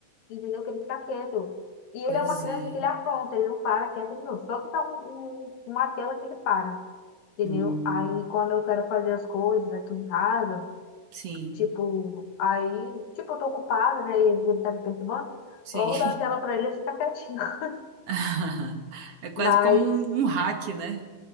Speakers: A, on the left; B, on the right.
A: entendeu? Que ele fica quieto. E
B: Pois
A: ele é uma criança
B: é.
A: que ele apronta, ele não para quieto, não. Só que dá um- um- uma tela que ele para, entendeu?
B: Hum,
A: Aí quando eu quero fazer as coisas aqui em casa,
B: sim,
A: tipo, aí, tipo, eu tô ocupada, né? E às vezes ele tá me perturbando,
B: sim.
A: logo dá a tela pra ele e ficar quietinho. <laughs>
B: <laughs> É quase
A: Mas,
B: como um, um hack, né?